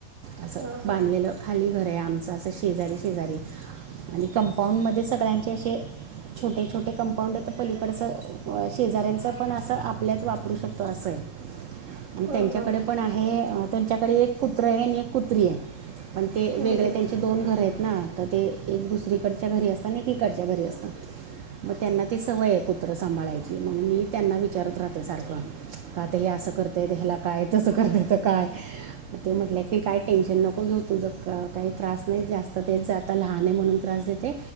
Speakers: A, on the right; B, on the right.
A: असं
B: हा हा
A: बांधलेलं खाली घर आहे. आमचं असं शेजारी शेजारी आणि कंपाऊंड मध्ये सगळ्यांचे असे छोटे छोटे कंपाऊंड एत, तर पलीकडच शेजाऱ्यांच पण अस तर आपल्यात वापरू शकतो असं हाय आणि
B: हा
A: त्यांच्याकडे
B: हा
A: पण आहे. त्यांच्याकडे एक कुत्र हाय आणि एक कुत्री हाय पण ते
B: हम्म
A: वेगळे
B: हम्म
A: त्यांचे दोन घर हायेत. ना तर ते एक दुसरीकडच्या घरी असतं आणि इकडच्या घरी असत. मग त्यांना ते सवय ये कुत्र सांभाळायची मग मी त्यांना विचारत राहते सारखं, का ते हे असं करतय? ह्याला काय तसं करत तर काय? ते म्हटलं की काय टेशन नको. प ग्यो तुझ का काही त्रास नाही जास्त, तेच आता लहान आहे म्हणून त्रास देतय,